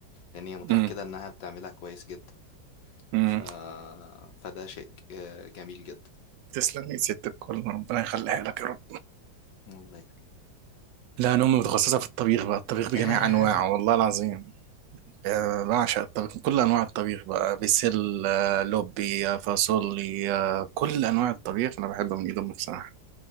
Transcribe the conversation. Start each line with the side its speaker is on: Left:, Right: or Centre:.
Left: لان هي متأكدة
Right: امم
Left: انها بتعملها كويس جدا
Right: امم
Left: ف... فده شيء آه، جميل جدا
Right: تسلم يا ست الكل ربنا يخليها لك يا رب
Left: والله
Right: لا انا امي متخصصه في الطبيخ بقى الطبيخ بجميع
Left: <laughs>
Right: انواعه والله العظيم آه، بعشق الطبيخ كل انواع الطبيخ بقى بسل آه، لوبي آه، فاصولي آه، كل انواع الطبيخ انا بحبه من ايد امي بصراحه